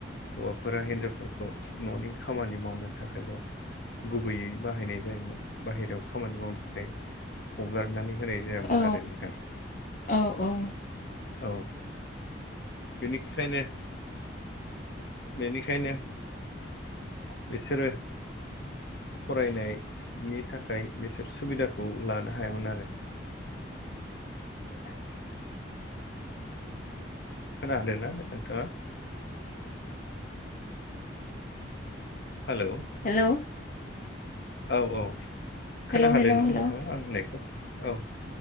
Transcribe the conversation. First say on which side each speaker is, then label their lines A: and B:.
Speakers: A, on the left (about 60°); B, on the left (about 40°).
A: हौवाफोरा हिनजावफोरखौ न'नि खामानि मावनो थाखायल'। गुबैयै बाहायनाय जायोमोन बाहेरायाव खामानि मावनो थाखाय हगारनानै होनाय। जायामोन
B: औ
A: आरो नोंथां
B: औ औ।
A: औ। बेनिखायनो बेनिखायनो बिसोरो फरायनायनि थाखाय बिसोर सुबिदाखौ लानो हायामोन आरो। खदा खोनादों ना नोंथाङा। हेल'।
B: हेलौ।
A: औ औ
B: हेलौ
A: खोन हादोंना
B: हेलौ हेलौ
A: नोंथाङा आं होननायखौ औ